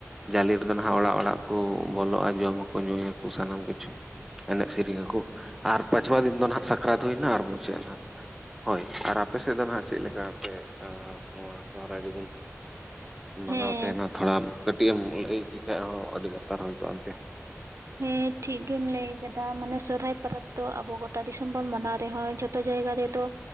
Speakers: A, in the centre; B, on the right.
A: ᱡᱟᱞᱮ ᱨᱮᱫᱚ ᱱᱟᱦᱟᱜ ᱚᱲᱟᱜ ᱚᱲᱟᱜ ᱠᱚ ᱵᱚᱞᱚᱜᱼᱟ ᱡᱚᱢᱟᱠᱚ ᱧᱩᱭᱟᱠᱚ ᱥᱟᱱᱟᱢ ᱠᱤᱪᱷᱩ ᱮᱱᱮᱡ ᱥᱮᱨᱮᱧ ᱟᱠᱚ ᱟᱨ ᱯᱟᱸᱪᱷᱣᱟ ᱫᱤᱱ ᱫᱚ ᱱᱟᱦᱟᱜ ᱥᱟᱠᱨᱟᱛ ᱦᱩᱭᱱᱟ ᱟᱨ ᱢᱩᱪᱟᱹᱫ ᱱᱟ ᱦᱳᱭ ᱟᱨ ᱟᱯᱮ ᱥᱮᱫ ᱫᱚ ᱱᱟᱦᱟᱜ ᱪᱮᱫ ᱞᱮᱠᱟ ᱥᱮ ᱮ ᱱᱚᱣᱟ ᱥᱚᱦᱨᱟᱭ ᱫᱚᱵᱚᱱ ᱢᱟᱱᱟᱣ
B: ᱦᱮᱸ
A: ᱛᱟᱦᱮᱱᱟ ᱛᱷᱚᱲᱟ ᱠᱟ. ᱴᱤᱭᱮᱢ ᱞᱟ. ᱭ ᱠᱮ ᱠᱷᱟᱡ ᱦᱚᱸ ᱟᱹᱰᱤ ᱞᱟᱛᱟᱨ ᱦᱩᱭ ᱠᱚᱜᱼᱟ ᱮᱱᱛᱮ
B: ᱦᱮᱸ ᱴᱷᱤᱠ ᱜᱮᱢ ᱞᱟᱹᱭ ᱟᱠᱟᱫᱟ ᱢᱟᱱᱮ ᱥᱚᱨᱚᱦᱟᱭ ᱯᱚᱨᱟᱽ ᱫᱚ ᱟᱵᱚ ᱜᱚᱴᱟ ᱫᱤᱥᱚᱢ ᱵᱚᱱ ᱢᱟᱱᱟᱣ ᱨᱮᱦᱚᱸ ᱡᱚᱷᱛᱚ ᱡᱟᱭᱜᱟ ᱨᱮ ᱫᱚ